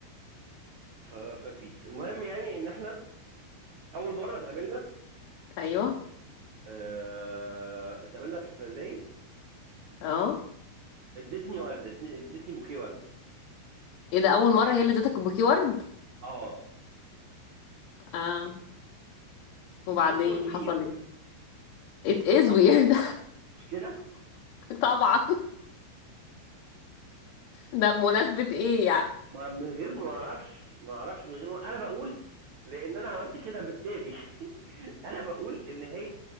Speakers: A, on the right (about 80°); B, on the left (about 75°).
A: ف- فبيس المهم يعني ان احنا اول مرة اتقابلنا
B: أيوه
A: آه، اتقابلنا في زايد
B: اه
A: ادتني ورد ادتني ادتني بوكيه ورد
B: ايه ده أول مرة هي اللي اديتك بوكي ورد
A: اه
B: اه وبعدين
A: this was weird
B: حصل ايه it is
A: صح
B: weird
A: مش كده
B: <laughs> طبعا ده بمناسبة ايه يعني
A: ما من غير ما اعرفش ما اعرفش من غير ما انا بقول لان انا عملت كده بالتالي <laughs> <applause> انا بقول ان هي